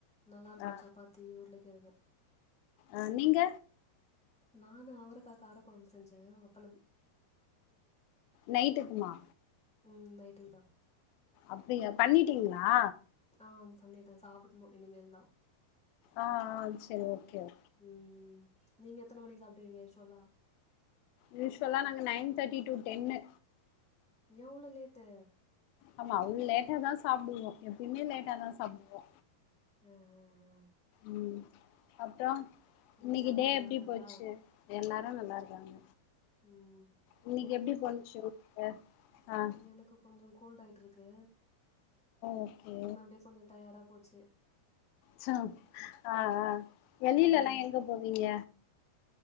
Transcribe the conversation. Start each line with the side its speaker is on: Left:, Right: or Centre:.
Centre: நல்லாருக்கு
Left: ஆ
Centre: சப்பா தி உருள கெழங்கு
Left: ஆ நீங்க
Centre: நானு அவரக்கா காரக்கொழம்பு செஞ்ச அப்பளம்
Left: நைட்டுக்குமா
Centre: ம் நைட்டுக்குதா
Left: அப்டியா பண்ணிட்டீங்ளா
Centre: ஆ பண்ணிட்ட சாப்புடுணு இனிமேல்தா
Left: ஆ ஆ செரி ஓகே ஒ
Centre: ம் நீங்க எத்தன மணிக்கு சாப்டுவீங்க யூஷ்வலா
Left: யூஷ்வலா நாங்க நைன் தாட்டி ட்டூ டென்னு
Centre: ஏன் அவுளோ லேட்டு
Left: ஆமா அவுள் லேட்டாதா சாப்டுவோ எப்பய்மே லேட்டாதா சாப்டுவோ
Centre: அ அ அ
Left: ம் அப்றோ இன்னிக்கு
Centre: வீட்ல எல்லாரு
Left: டே
Centre: நல்லா
Left: எப்டி
Centre: இருக்காங்களா
Left: போச்சு எல்லாரு நல்லா இருக்காங்க
Centre: ம்
Left: இன்னைக்கு எப்டி போன்ச்சு உங்ளுக்கு ஆ
Centre: எனக்கு கொஞ்சோ கோல்டாய்ட்டிருக்கு
Left: ஓகே
Centre: ம் அப்டியே கொஞ்சோ டயடா போச்சு
Left: ச்சோ ஆ
Centre: ம்
Left: ஆ வெளிலலா
Centre: ம்
Left: எங்க போவீங்க